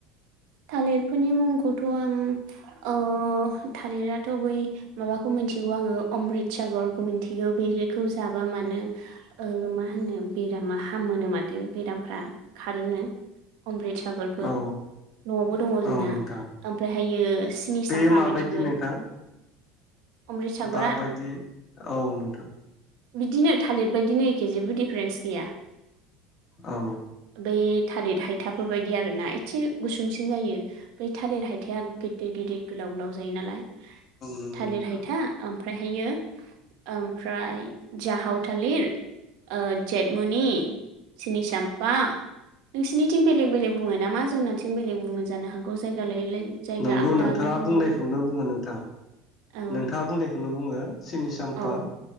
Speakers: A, on the right; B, on the left.
A: थालिरफोरनि मुंखौथ' आं ओ थालिराथ' बै माबाखौ मिथिगौ आङो अमृतसागरखौ मिथिगौ बेखौ जाबा मानो ओ मा होनो बेरामा हामोनो माथो बेरामफ्रा खारोनो। अमृतसागरखौ।
B: औ
A: न'आवबो दङ जोंना
B: औ नोंथां
A: ओमफ्रायहायो सिनि
B: बे
A: साम्फा
B: माबायदि
A: मिथिगौ
B: नोंथां
A: अमृतसागरा।
B: माबायदि औ नोंथां
A: बिदिनो थालिर बायदिनो एखे जेबो डिफारेन्स गैया।
B: औ।
A: बे थालिर हायथाफोर बायदि आरो ना एसे। गुसुंसिन जायो बै थालेर हायथाया गिदिर गिदिर गोलाव गोलाव। जायो नालाय
B: नंगौ
A: थालिर
B: नोंथां
A: हायथा। फायहायो ओमफ्राय जाहाव थालिर ओ जेतमुनि सिनि साम्फा नोंसिनिथिं बेलेग बेलेग बुङो नामा जोंना <unintelligible> बेलेग बुंनो जानो हागौ जायगा लायै लायै। जायगा
B: नंगौ
A: आलदा
B: नोंथाङा
A: आलदा बुङोना
B: बुंनायखौनो बुङो नोंथां
A: औ
B: नोंथाङा बुंनाय खौल बुङो। सिनि साम्फा
A: औ